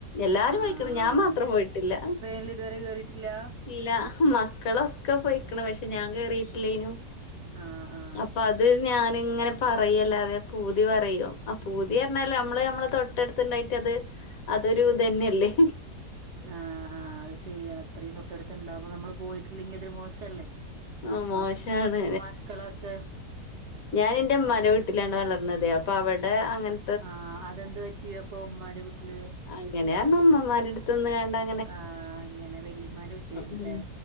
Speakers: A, on the left; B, on the right.
A: എല്ലാരും
B: ആഹ്
A: പോയിക്ക് ണ് ഞാൻ മാത്രം പോയിട്ടില്ല
B: ട്രെയിനിൽ ഇതുവരെ കേറിയിട്ടില്ല
A: ഇല്ല മക്കളൊക്കെ പോയിക്കണ് പക്ഷെ ഞാൻ കേറിട്ടില്ലേയ് നു
B: ആ ആ
A: അപ്പൊ അത് ഞാനി ഇങ്ങനെ പറയല്ലാ പൂതി പറയും ആ പൂതി പറഞ്ഞല് നമ്മള് നമ്മള് തൊട്ടടുത്ത്ണ്ടായിട്ട് അത് അതൊരു ഇതന്നെല്ലേ
B: ആ ആ അത് ശരിയാണ് ഇത്രേം തൊട്ടടുത്ത്ണ്ടാവുമ്പോ നമ്മള് പോയിട്ടില്ലെങ്കി അതൊരു മോശല്ലേ
A: ആ മോശാണ്
B: മക് മക്കളൊക്കെ
A: ഞാനിന്റെ ഇമ്മാന്റെ വീട്ടിലാണ് വളർന്നത് അപ്പൊ അവിടെ അങ്ങനെ
B: ആ അതെന്ത് പറ്റി അപ്പൊ ഉമ്മാന്റെ വീട്ടില്
A: അങ്ങനെയർഞ്ഞ ഉമ്മമാന്റെട്ത്ത് ന്ന്ങ്ങാണ്ട് അ
B: ആ അങ്ങനെ വല്യമ്മാന്റെ കുട്ടിയാര്ന്നു
A: ഉം
B: ലേ